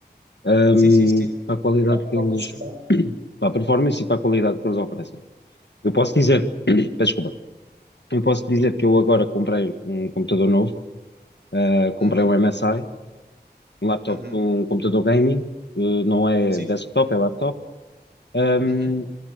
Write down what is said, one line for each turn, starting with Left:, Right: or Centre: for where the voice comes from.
Left: hum,
Right: Sim, sim, sim.
Left: para a qualidade
Right: Tá,
Left: que
Right: performance
Left: eles,
Right: que dá.
Left: <coughs> para a performance e para a qualidade que eles oferecem. Eu posso dizer,
Right: Uhum,
Left: <coughs> <clears throat> peço desculpa, eu posso dizer que eu agora comprei um computador novo, eh, comprei
Right: uhum,
Left: um MSI, um laptop,
Right: uhum.
Left: um computador gaming, eh, não é
Right: Sim.
Left: desktop, é laptop, hum,
Right: Uhum.